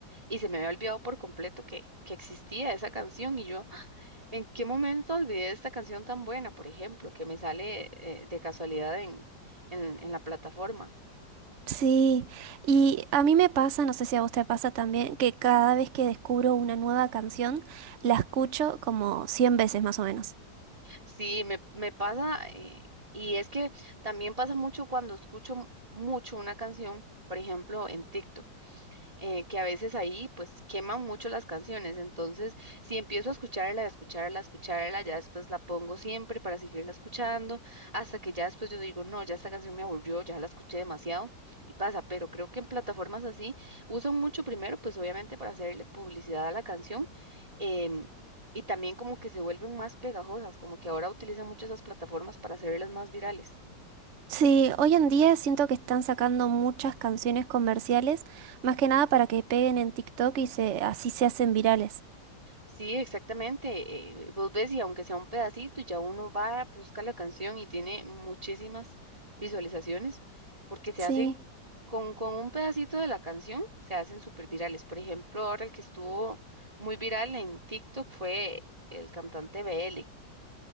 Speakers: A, on the right; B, on the right.
A: y se me había olvidado por completo que, que existía esa canción y yo, ¿en qué momento olvidé esta canción tan buena, por ejemplo, que me sale eh, de casualidad en, en, en la plataforma?
B: Sí, y a mí me pasa, no sé si a vos te pasa también, que cada vez que descubro una nueva canción, la escucho como 100 veces más o menos.
A: Sí, me, me pasa, eh, y es que también pasa mucho cuando escucho mucho una canción, por ejemplo, en TikTok. eh, que a veces ahí pues queman mucho las canciones. Entonces, si empiezo a escucharla, a escucharla, a escucharla, ya después la pongo siempre para seguirla escuchando, hasta que ya después yo digo, no, ya esta canción me aburrió, ya la escuché demasiado y pasa. Pero creo que en plataformas así usan mucho primero, pues obviamente para hacerle publicidad a la canción. em, Y también como que se vuelven más pegajosas, como que ahora utilizan mucho esas plataformas para hacerlas más virales.
B: Sí, hoy en día siento que están sacando muchas canciones comerciales, más que nada para que peguen en TikTok y se, así se hacen virales.
A: Sí, exactamente. eh, vos ves y aunque sea un pedacito, ya uno va, busca la canción y tiene muchísimas visualizaciones porque se
B: Sí,
A: hacen con, con un pedacito de la canción, se hacen súper virales. Por ejemplo, ahora el que estuvo muy viral en TikTok fue el cantante BL.